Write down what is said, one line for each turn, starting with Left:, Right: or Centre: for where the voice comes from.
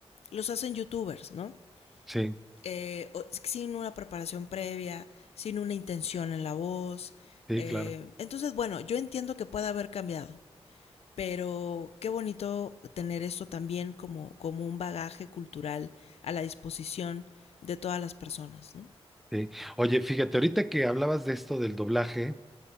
Left: los hacen youtubers, ¿no?
Centre: sí,
Left: Eh, sin una preparación previa, sin una intención en la voz.
Centre: sí,
Left: Eh,
Centre: claro.
Left: entonces, bueno, yo entiendo que pueda haber cambiado, pero qué bonito tener esto también como, como un bagaje cultural a la disposición de todas las personas, ¿no?
Centre: Sí. Oye, fíjate, ahorita que hablabas de esto del doblaje,